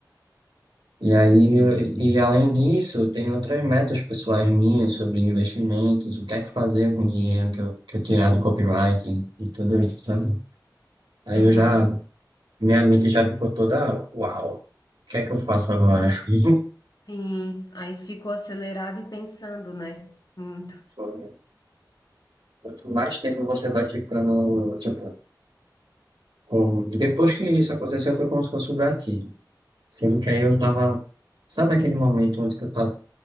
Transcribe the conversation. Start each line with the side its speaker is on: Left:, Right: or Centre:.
Right: E aí,
Left: Nossa.
Right: eu- e além disso, tem outras metas pessoais minhas sobre investimentos, o que é que fazer com o dinheiro que eu, que eu tirar do copyright e, e tudo isso, sabe? Aí
Left: Aham.
Right: eu já, minha mente já ficou toda, uau, o que é que eu faço agora? <laughs>
Left: Sim. Aí ficou acelerado e pensando, né? Muito.
Right: Foi- Quanto mais tempo você vai ficando, tipo, com... depois que isso aconteceu foi como se fosse um gatilho, sendo que aí eu tava, sabe aquele momento onde que eu tá-